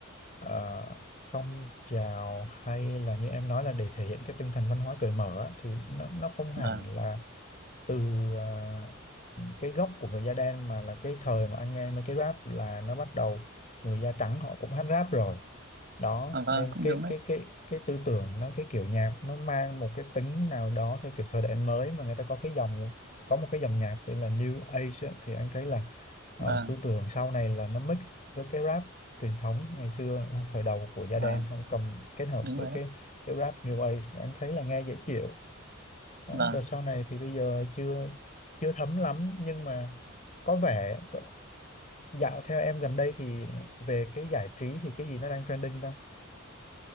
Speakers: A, on the left (about 35°); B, on the right (about 50°).
A: ờ, phong trào hay là như em nói là để thể hiện cái tinh thần văn hóa cởi mở á, thì nó nó không hẳn
B: vâng
A: là từ à, cái gốc của người da đen mà là cái thời mà anh nghe mấy cái rap là nó bắt đầu người da trắng họ cũng hát rap rồi đó
B: à, vâng
A: nên
B: cũng
A: cái
B: đúng đấy
A: cái cái cái tư tưởng nó cái kiểu nhạc nó mang một cái tính nào đó theo kiểu thời đại mới mà người ta có cái dòng có một cái dòng nhạc tên là New Age á, thì anh thấy là ờ,
B: vâng
A: tư tưởng sau này là nó mix với cái rap truyền thống ngày xưa thời đầu của da
B: vâng
A: đen xong cầm kết hợp
B: đúng
A: với
B: rồi
A: cái
B: đấy
A: cái rap New Age anh thấy là nghe dễ chịu đó,
B: vâng
A: đợt sau này thì bây giờ chưa chưa thấm lắm nhưng mà có vẻ có- dạo theo em gần đây thì về cái giải trí thì cái gì nó đang trending ta